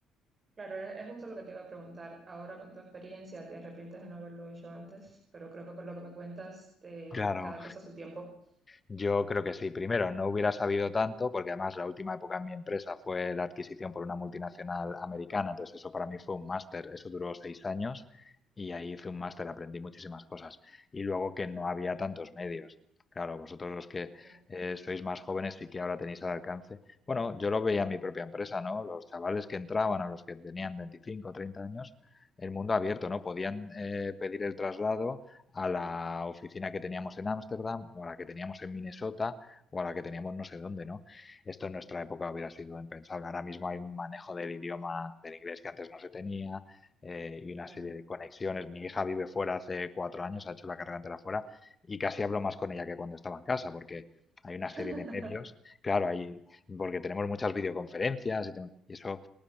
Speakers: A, on the right; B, on the left.
A: claro, es, es justo lo que te iba a preguntar. Ahora con tu experiencia, ¿te arrepientes de no haberlo hecho antes? Pero creo que por lo que me cuentas, de
B: Claro,
A: cada cosa a su tiempo.
B: Yo creo que sí. Primero, no hubiera sabido tanto, porque además la última época en mi empresa fue la adquisición por una multinacional americana, entonces eso para mí fue un máster, eso duró seis años y ahí hice un máster, aprendí muchísimas cosas. Y luego que no había tantos medios. Claro, vosotros los que
A: Claro,
B: eh, sois más jóvenes y que ahora tenéis al alcance. Bueno, yo lo veía en mi propia empresa, ¿no? Los chavales que entraban a los que tenían 25 o 30 años, el mundo abierto, ¿no? Podían eh, pedir el traslado a la oficina que teníamos en Ámsterdam o a la que teníamos en Minnesota o a la que teníamos no sé dónde, ¿no? Esto en nuestra época hubiera sido impensable. Ahora mismo hay un manejo del idioma del inglés que antes no se tenía eh, y una
A: claro.
B: serie de conexiones. Mi hija vive fuera hace cuatro años, ha hecho la carrera entera fuera y casi hablo más con ella que cuando estaba en casa porque hay una
A: <laughs>
B: serie de medios, claro, hay, porque tenemos muchas videoconferencias y, tem- y eso